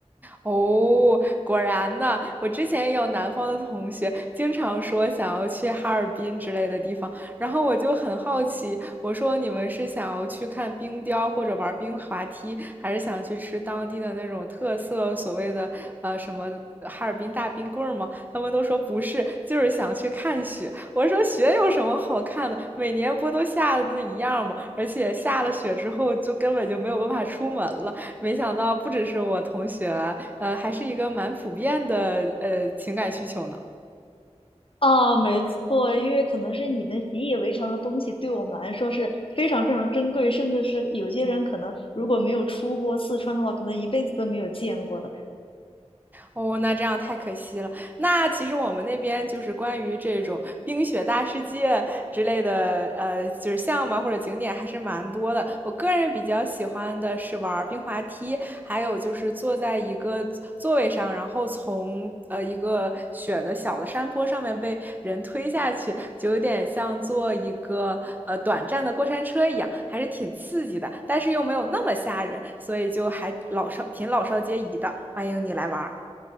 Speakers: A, on the right; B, on the left.
A: 哦，果然呢，我之前也有南方的同学经常说想要去哈尔滨之类的地方，然后我就很好奇，我说你们是想要去看冰雕或者玩冰滑梯，还是想去吃当地的那种特色所谓的呃什么哈尔滨大冰棍儿吗？他们都说不是，就是想去看雪。我说雪有什么好看的？每年不都下的那一样吗？而且下了雪之后就根本就没有办法出门了。没想到不只是我同学，呃，还是一个蛮普遍的呃情感需求呢。
B: 啊，没错，因为可能是你们习以为常的东西，对我们来说是非常非常珍贵，甚至是有些人可能如果没有出过四川的话，可能一辈子都没有见过的。
A: 哦，那这样太可惜了。那其实我们那边就是关于这种冰雪大世界之类的，呃，就是项目啊或者景点还是蛮多的。我个人比较喜欢的是玩冰滑梯，还有就是坐在一个座位上，然后从呃一个雪的小的山坡上面被人推下去，就有点像坐一个呃短暂的过山车一样，还是挺刺激的，但是又没有那么吓人，所以就还老少挺老少皆宜的。欢迎你来玩